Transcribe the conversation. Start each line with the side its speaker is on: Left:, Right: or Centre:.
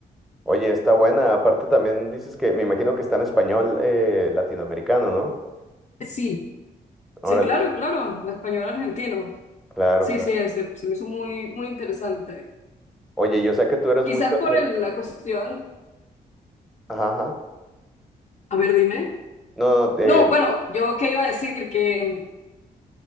Centre: Oye, está buena. Aparte también dices que me imagino que está en español eh, latinoamericano, ¿no?
Left: Sí,
Centre: Órale,
Left: sí, claro, claro. Español argentino.
Centre: claro,
Left: Sí,
Centre: claro.
Left: sí, se, se me hizo muy, muy interesante.
Centre: Oye, yo sé que tú eres
Left: Quizás
Centre: mucho
Left: por
Centre: de-
Left: el- la cuestión.
Centre: Ajá, ajá.
Left: A ver, dime.
Centre: No, no, eh,
Left: No, bueno, yo qué iba a decir, que